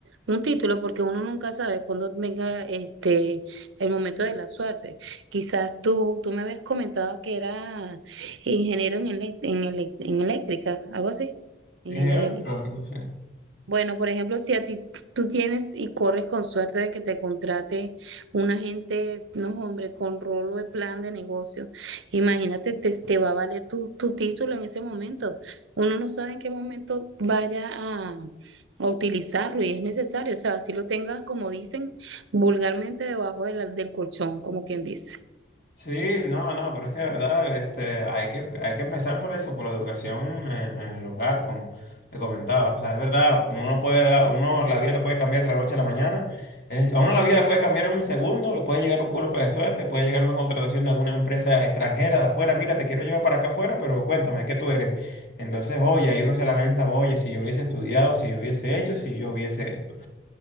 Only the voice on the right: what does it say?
un título, porque uno nunca sabe cuándo venga este, el momento de la suerte. Quizás tú, tú me habías comentado que era ingeniero en, elec- en, elec- en eléctrica, algo así, ingeniería
eléctrica.
Bueno, por ejemplo, si a ti tú tienes y corres con suerte de que te contrate un agente, no, hombre, con rolo de plan de negocio, imagínate, te, te va a valer tu, tu título en ese momento. Uno no sabe en qué momento vaya a, a utilizarlo y es necesario. O sea, si lo tengas, como dicen, vulgarmente debajo de la- del colchón, como quien dice.